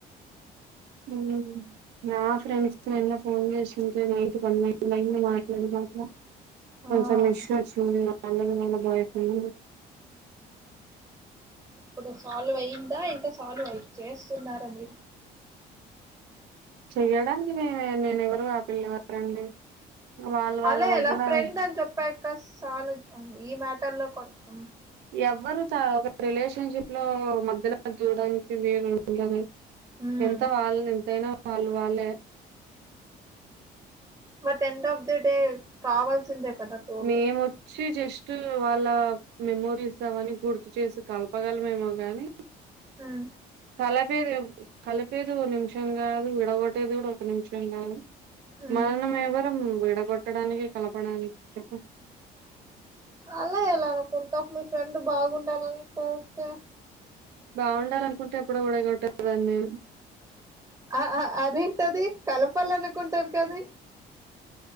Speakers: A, on the right (about 85°); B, on the right (about 15°).
A: హ్మ్ నా ఫ్రెండ్స్ తో ఫోన్ చేస్తుంటే నైట్ పన్నెండు అయ్యింది మాట్లాడినక కొంచెం
B: ఆ
A: ఇష్యూ వచ్చింది వాళ్ళకి వాళ్ళ బాయ్ ఫ్రెండ్
B: ఇప్పుడు సాల్వ్ అయిందా ఇంకా సాల్వ్ అయి చేస్తున్నారా మీరు
A: చెయ్యడానికి నేన నేను ఎవరు ఆ పిల్ల ఎవరు ఎవరండి వాళ్ళ వాళ్ళ
B: అలా
A: మధ్యలో
B: ఎలా ఫ్రెండ్ అని చొప్పక్క సాల ఈ మ్యాటర్ లో కొంచం
A: ఎవ్వరు త ఒక రిలేషన్షిప్ లో మధ్యలో దూరడానికి వీలుఉండదు
B: ఉమ్
A: ఎంత వాళ్ళ ఎంతైనా వాళ్ళు వాళ్ళే
B: అంతే ఎండ్ ఆఫ్ ది డే కావాల్సిందే కదా తోడు
A: మేమోచ్చి జస్ టు వాళ్ళ మెమోరీస్ అవన్న గుర్తు చేసి కలపగలమేమో గాని
B: ఉమ్
A: కలపేది కలిపేది ఓ నిమిషం కాదు విడగొట్టేది కూడా ఒక నిమిషం కాదు
B: ఉమ్
A: మనం ఎవరం విడగొట్టడానికి కలపడానికి చెప్పు
B: అలా ఎలా అనుకుంటావ్ మీ ఫ్రెండ్ బాగుండాలని కొరితే
A: బావుండాలనుకుంటే ఎప్పుడు విడగొట్టేదాన్ని
B: ఆ ఆ అదేంటది కలపాలనుకుంటారు కది
A: నేను.